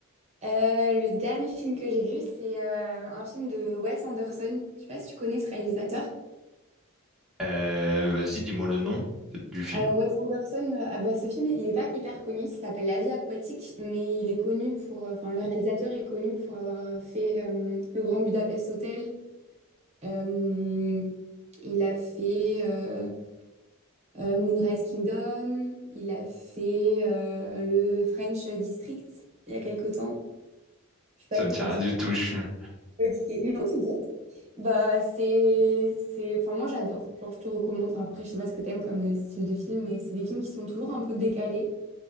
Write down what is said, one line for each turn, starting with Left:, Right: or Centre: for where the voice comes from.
Right: Euh, le dernier film que j'ai vu, c'est euh, un film de Wes Anderson. Je sais pas si tu connais ce réalisateur.
Centre: Euh, vas-y, dis-moi le nom du film.
Right: Alors Wes Anderson, euh, ah bah, ce film, il n'est pas hyper connu. Ça s'appelle La vie aquatique, mais il est connu pour, euh, enfin le réalisateur est connu pour avoir fait euh, Le Grand Budapest Hotel. Euh, Il a fait euh, euh, Moonrise Kingdom, il a fait euh, le French District il y a quelque temps. Je sais pas
Centre: Ça
Right: si
Centre: me dit
Right: ça te
Centre: rien
Right: dit
Centre: du
Right: quelque
Centre: tout. je-
Right: chose. Ok, non, t'inquiète. Bah, c'est, c'est... Enfin, moi, j'adore. Genre, je te recommande. Enfin, après, je sais pas ce que t'aimes comme euh, style de film, mais c'est des films qui sont toujours un peu décalés.